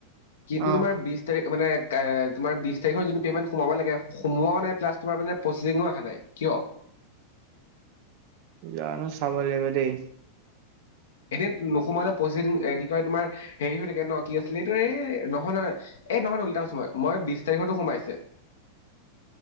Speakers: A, on the left (about 60°); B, on the right (about 45°).
A: কিন্তু
B: অ
A: তোমাৰ বি তাৰিখ, মানে তোমাৰ বিশ তাৰিখৰ যোনটো পেমেণ্ট সোমাব লাগে, সোমোৱাও নাই প্লাছ তোমাৰ প্ৰচিচিঙো অহা নাই, কিয়?
B: জানো, চাব লাগিব দেই।
A: এনে নোসোমালে প্ৰচি, কি কয় তোমাৰ হেৰি হৈ থাকে ন, কি আছিলে এইটো এই নহয়, নহয়, এই নহয় উল্টাচো মই, মই বিশ তাৰিখৰতো সোমাইছে।